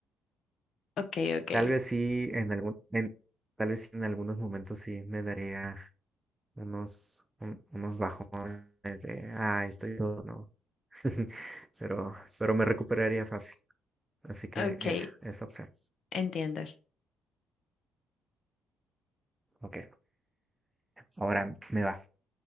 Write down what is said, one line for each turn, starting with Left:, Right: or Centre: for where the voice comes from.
Left: Ok, ok.
Right: Tal vez sí en algún, en, tal vez sí en algunos momentos sí me daría unos, un- unos bajones de, ay, estoy todo, no, <laughs> pero, pero me recuperaría fácil. Así que
Left: Ok,
Right: esa, esa opción.
Left: entiendo.
Right: Ok, ahora me va.